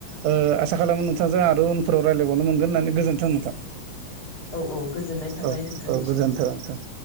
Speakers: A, on the right; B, on the left.
A: ओ आसा खालामो नोंथांजों आरो उनफोराव रायज्लायबावनो मोनगोन होन्नानै गोजोन्थों नोंथां।
B: औ औ गोजोननाय थाबाय
A: औ-औ
B: नोंथांनिसिमबो
A: गोजोनथों नोंथां।